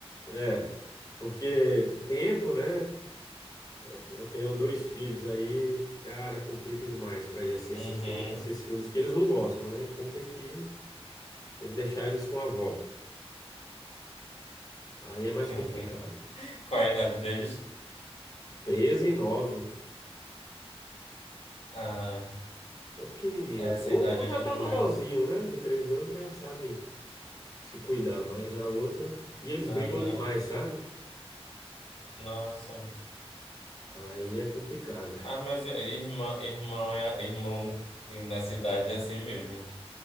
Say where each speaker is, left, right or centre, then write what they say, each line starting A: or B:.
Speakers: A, on the left; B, on the left.
A: É, porque tempo, né? Eu, eu tenho dois filhos aí, cara, complica demais para ir assim assistir
B: Uhum.
A: um- esses filmes que eles não gostam, né? Então tem que, tem que deixar eles com a avó. Aí é mais
B: <laughs>
A: complicado.
B: Qual a idade deles?
A: 13 e 9,
B: Ah,
A: são pequenininhos.
B: essa
A: Um,
B: idade
A: um
B: ele
A: já tá
B: não.
A: maiorzinho, né? O De 13 anos já sabe se cuidar, mas a outra. E eles
B: Aham.
A: brigam demais, sabe?
B: Nossa.
A: Aí é complicado.
B: Ah, mas irmão, irmão é irmão nessa idade é assim mesmo.